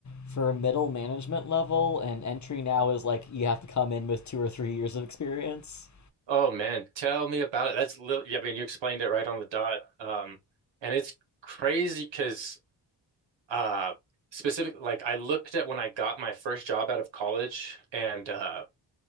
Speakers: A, on the left; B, on the right.
A: for middle management level and entry now is like you have to come in with two or three years of experience.
B: Oh man, tell me about it. That's li- I mean, you explained it right on the dot. Um, and it's crazy because uh specific like I looked at when I got my first job out of college and uh